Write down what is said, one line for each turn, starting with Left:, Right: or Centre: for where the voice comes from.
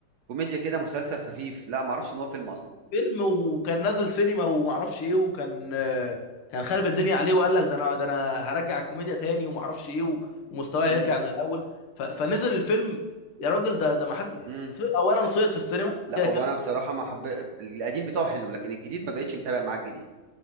Right: كوميديا كده مسلسل خفيف لا ما اعرفش ان هو فيلم اصلا
Left: فيلم وكان نازل سينما ومعرفش ايه وكان آه، كان خارب الدنيا عليه وقال لك ده انا ده انا هرجع الكوميديا تاني ومعرفش ايه و- ومستواه هيرجع
Right: امم
Left: زي الاول ف- فنزل الفيلم يا راجل ده ده ما حد
Right: امم
Left: سي- اولا صيد في السينما
Right: لا
Left: كده
Right: هو
Left: كده
Right: انا بصراحه ما حب القديم بتاعه حلو لكن الجديد ما بقتش متابع معاه الجديد